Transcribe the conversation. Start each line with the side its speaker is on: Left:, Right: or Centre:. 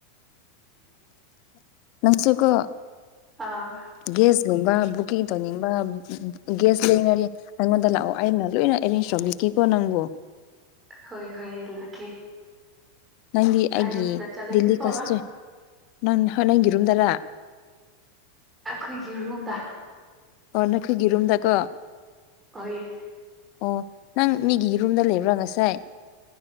Left: ꯅꯪꯁꯨꯀꯣ
Right: ꯑ
Left: ꯒꯦꯁꯒꯨꯝꯕ ꯕꯨꯛꯀꯤꯡ ꯇꯧꯅꯤꯡꯕ ꯒꯌꯥꯁ ꯂꯩꯅꯔꯤ ꯅꯪꯉꯣꯟꯗ ꯂꯥꯛꯑꯣ ꯑꯩꯅ ꯂꯣꯏꯅ ꯑꯦꯔꯦꯟꯖ ꯇꯧꯕꯤꯈꯤꯦꯀꯣ ꯅꯪꯕꯨ
Right: ꯍꯣꯏ ꯍꯣꯏ ꯂꯥꯛꯀꯦ
Left: ꯅꯪꯗꯤ ꯑꯩꯒꯤ
Right: ꯑꯩ ꯔꯨꯝꯗ ꯆꯠꯂꯒꯦꯀꯣ
Left: ꯗꯦꯜꯂꯤ ꯀꯁꯇ ꯅꯪ ꯍꯣꯏ ꯅꯪꯒꯤ ꯔꯨꯝꯗꯔꯥ
Right: ꯑꯩꯈꯣꯏꯒꯤ ꯔꯨꯝꯗ
Left: ꯑꯣ ꯅꯈꯣꯏꯒꯤꯔꯨꯝꯗꯀꯣ
Right: ꯑꯣꯏ
Left: ꯑꯣ ꯅꯪ ꯃꯤꯒꯤ ꯔꯨꯝꯗ ꯂꯩꯕ꯭ꯔꯥ ꯉꯁꯥꯏ